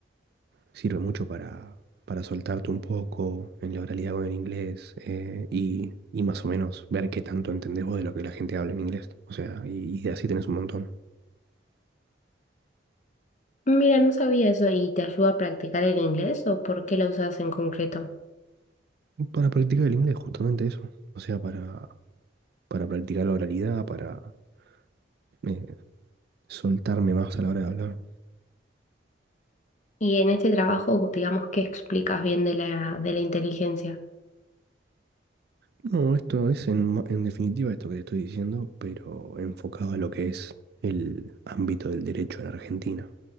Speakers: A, on the right (about 55°); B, on the left (about 40°).
A: sirve mucho para, para soltarte un poco en la oralidad con el inglés eh, y, y más o menos ver qué tanto entendés vos de lo que la gente habla en inglés. O sea, y, y así tenés un montón.
B: Mira, no sabía eso y te ayuda a practicar el inglés o por qué la usas en concreto.
A: Para practicar el inglés, justamente eso. O sea, para, para practicar la oralidad, para eh, soltarme más a la hora de hablar.
B: Y en este trabajo, digamos, ¿qué explicas bien de la, de la inteligencia?
A: No, esto es en, ma- en definitiva esto que te estoy diciendo, pero enfocado a lo que es el ámbito del derecho en Argentina.